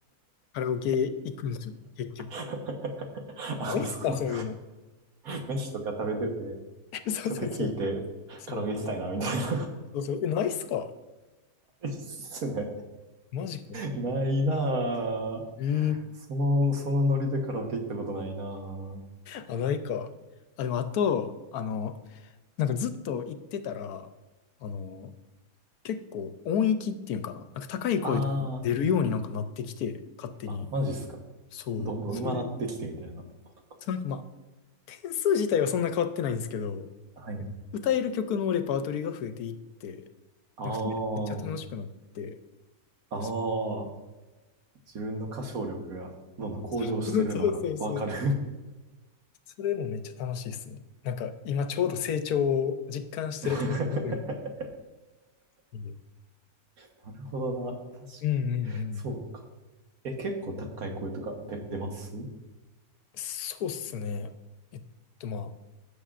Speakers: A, on the left (about 80°); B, on the right (about 70°).
A: カラオケ行くんですよ、結局。
B: <laughs> あ、
A: ないっすか、
B: その、
A: そういうの。
B: 飯とか食べてて
A: <laughs> そうそうそう。
B: 曲聴いてカラオケ行きたいなみたいな
A: そう。そうそう。え、ないっすか
B: いいっすね。
A: マジか。
B: ないなぁ。
A: え
B: その、そのノリでカラオケ行ったことないなぁ。
A: あ、ないか。あ、でもあと、あの、なんかずっと行ってたら、あの、結構音域っていうんかな。なんか高い声出るようになんかなってきて、
B: あ
A: 勝手に。
B: あ、あ、マジっすか。
A: そう。
B: どんどん上手なってきてみたいなことか。
A: それ、そうなんかまあ、点数自体はそんな変わってないんですけど、
B: はい。
A: 歌える曲のレパートリーが増えていって、
B: あ
A: なんかそれがめっちゃ楽しくなって、
B: あ、ああ、
A: そ
B: 自分の歌唱力がどんどん向上してるのがわかる。
A: <laughs> そうそうそうそう。それもめっちゃ楽しいですね。なんか今ちょうど成長を実感してるタイミングが
B: <laughs>
A: うん
B: なるほどな。確かに。
A: うんうん。
B: そうか。え、結構高い声とか出、出ます
A: そうっすね。えっとま